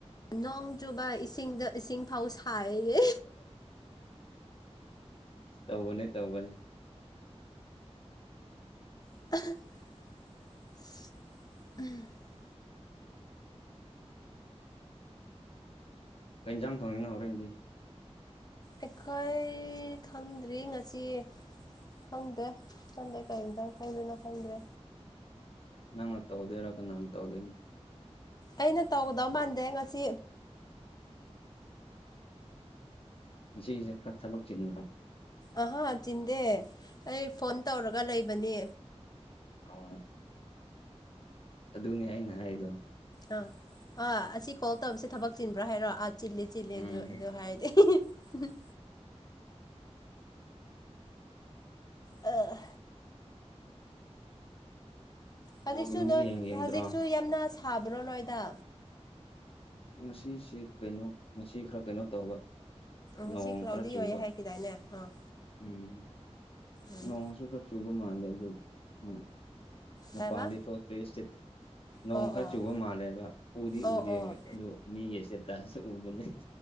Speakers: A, on the left (about 35°); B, on the left (about 55°).
A: ꯅꯣꯡ ꯆꯨꯕ ꯏꯁꯤꯡꯗ ꯏꯁꯤꯡ ꯐꯥꯎ ꯁꯥꯏꯌꯦ
B: ꯇꯧꯕꯅꯦ ꯇꯧꯕꯅꯦ
A: <unintelligible>
B: ꯀꯩꯟꯖꯥꯡ ꯊꯣꯡꯉꯤꯅꯣ ꯍꯣꯔꯦꯟꯒꯤ
A: ꯑꯩꯈꯣꯏ ꯈꯪꯗ꯭ꯔꯤ ꯉꯁꯤ ꯈꯪꯗꯦ ꯆꯟꯗꯦ ꯀꯩ ꯏꯟꯖꯥꯡ ꯊꯣꯛꯗꯣꯏꯅꯣ ꯈꯪꯗ꯭ꯔꯦ
B: ꯅꯪꯅ ꯇꯧꯗꯣꯏꯔꯣ ꯀꯅꯥꯟ ꯇꯧꯗꯣꯏꯅꯣ
A: ꯑꯩꯅ ꯇꯧꯒꯗꯧ ꯃꯥꯟꯗꯦ ꯑꯩ ꯉꯁꯤ
B: ꯉꯁꯤꯁꯦ ꯈꯔ ꯊꯕꯛ ꯆꯤꯟꯕ꯭ꯔꯣ꯫
A: ꯑꯍꯥ ꯆꯤꯟꯗꯦ ꯑꯩ ꯐꯣꯟ ꯇꯧꯔꯒ ꯂꯩꯕꯅꯤ꯫
B: ꯑꯍꯣꯏ꯫ ꯑꯗꯨꯅꯦ ꯑꯩꯅ ꯍꯥꯏꯗꯣ꯫
A: ꯑꯥ ꯑꯥ ꯑꯁꯤ ꯀꯣꯜ ꯇꯧꯕꯁꯦ ꯊꯕꯛ ꯆꯤꯟꯕ꯭ꯔꯥ ꯍꯥꯏꯔꯣ ꯑꯥ ꯆꯤꯜꯂꯤ ꯆꯤꯜꯂꯤ
B: ꯎꯝ
A: ꯑꯗꯨ ꯑꯗꯨ ꯍꯥꯏꯔꯗꯤ꯫꯫ <unintelligible> ꯑ꯫ ꯍꯧꯖꯤꯛꯁꯨ
B: ꯕꯣꯜꯒꯨꯝꯕꯒ
A: ꯅꯣꯏ
B: ꯌꯦꯡ ꯌꯦꯡꯗ꯭ꯔꯣ
A: ꯍꯧꯖꯤꯛꯁꯨ ꯌꯥꯝꯅ ꯁꯥꯕ꯭ꯔꯣ ꯅꯣꯏꯗ꯫
B: ꯉꯁꯤꯁꯦ ꯀꯩꯅꯣ ꯉꯁꯤ ꯈꯔ ꯀꯩꯅꯣ ꯇꯧꯕ꯫
A: ꯉꯁꯤ
B: ꯅꯣꯡꯈ꯭ꯔ
A: ꯀ꯭ꯂꯥꯎꯗꯤ
B: ꯆꯨꯕ
A: ꯑꯣꯏꯌꯦ ꯍꯥꯏꯈꯤꯗꯥꯏꯅꯦ ꯑꯥ
B: ꯎꯝ꯫
A: ꯎꯝ
B: ꯅꯣꯡꯁꯨ ꯈꯔꯆꯨꯕ ꯃꯥꯥꯜꯂꯦ ꯑꯗꯨꯒꯤ ꯃꯄꯥꯟꯗꯤ ꯃꯄꯥꯟꯗꯤ
A: ꯀꯥꯏꯕ
B: ꯊꯣꯛꯇꯦ ꯏꯁꯇꯦ ꯅꯣꯡ
A: ꯑꯣ
B: ꯈꯔ
A: ꯑꯣ
B: ꯆꯨꯕ ꯃꯥꯜꯂꯦꯕ ꯎꯗꯤ
A: ꯑꯣ
B: ꯎꯗꯦ
A: ꯑꯣ
B: ꯑꯗꯨ ꯃꯤꯒꯤ ꯏꯁꯇꯦ ꯇꯁ ꯎꯕꯅꯦ꯫